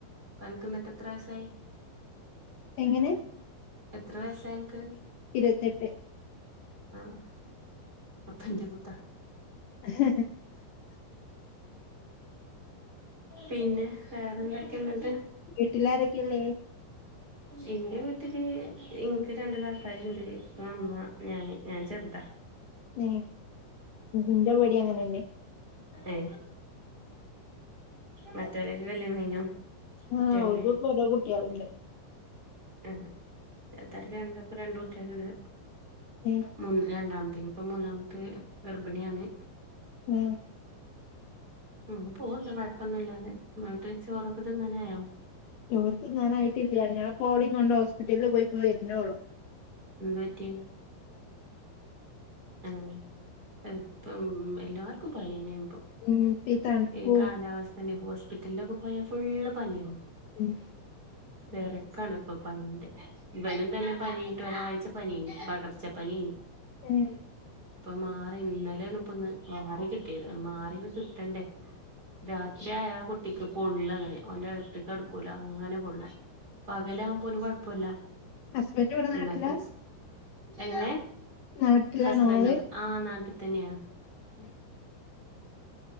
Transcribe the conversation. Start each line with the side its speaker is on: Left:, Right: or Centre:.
Right: അൻക്ക്ന്നട്ട് എത്ര മാസ്സായി
Left: എങ്ങനെ
Right: എത്ര വയസായിനക്ക്?
Left: ഇരുവത്തെട്ട്.
Right: ആഹ് അപ്പന്റെ മൂത്ത.
Left: ഹഹ ഹ
Right: പിന്നെ വേറെന്തൊക്കെയ എന്നിട്ട്?
Left: വീട്ടിലാരൊക്കെയുള്ളേ?
Right: എന്റെ വീട്ടില് എനിക്ക് രണ്ടു താത്തര്ണ്ട് ഇപ്പ ഇമ്മ ഞാന്, ഞാൻ ചെറുതാ.
Left: ഏ ഇന്റെവടി അങ്ങനെന്നെ
Right: ഏ മറ്റവരൊക്കെ കല്യാണം കഴിഞ്ഞോ?
Left: ആഹ്
Right: കുട്ടികളില്ലേ
Left: അവർക്ക്കെ ഓരോ കുട്ടികളുണ്ട്
Right: രണ്ട് തരക്ക് രണ്ടൂട്ടികളുണ്ട് രണ്ട്
Left: ഏഹ്
Right: മൂന്ന് രണ്ടാമത്തത്തിനും. ഇപ്പൊ മൂന്നാമത്തെ ഗർഭിണിയാണ്
Left: ആഹ്
Right: ഉം പോവ്ണ്ട് കൊഴ്പ്പൊന്നുല്ലാതെ ങ്ങട്ട് ചോറൊക്കെ ത്തിന്നാനായോ?
Left: ചോറ് തിന്നാനായിട്ടില്ല ഞാൻ ഇപ്പം ഓളെ കൊണ്ട് ഹോസ്പിറ്റലിൽ പോയി ഇപ്പൊ വരുന്നേള്ളു
Right: എന്ത് പറ്റി ഏഹ് അതിപ്പം എല്ലാർക്കും പന്യെന്ന്യാണിപ്പം
Left: ഉം ഇപ്പ തണുപ്പും
Right: ഈ കാലാവസ്ഥെന്നെ ഹോസ്പിറ്റല്ലൊക്കെ പോയാ ഫുള്ള് പനിആണ്
Left: ഉം
Right: തെരെക്കാണ്പ്പൊ പനിന്റെ ഇവനും തന്നെ പനി ട്ടൊരായ്ച പന്യെയ്നി പകർച്ച പനിയെയ്നി
Left: <unintelligible>
Right: ഇപ്പം മാറി ഇന്നെലേണിപ്പൊന്ന് മാറി കിട്ട്യേത് മാറിണ്ട് കിട്ടെണ്ടേ രാത്ര്യായാ കുട് ട്ടിക്ക് പൊള്ളാ അങ്ങനെ ഓന്റടിത്തിക്കട്ക്കൂല അങ്ങന പൊള്ള പകലാകുമ്പോന് കൊയ്പോല്ല
Left: ഹസ്ബൻഡ് ഇവിടെ
Right: എന്നിട്ട്
Left: നാട്ടിലാ
Right: എങ്ങനെ
Left: നാട്ടിലാണ്
Right: ഹസ്ബൻഡോ
Left: ആള്
Right: ആ നാട്ടിത്തെന്ന്യാണ്
Left: <unintelligible>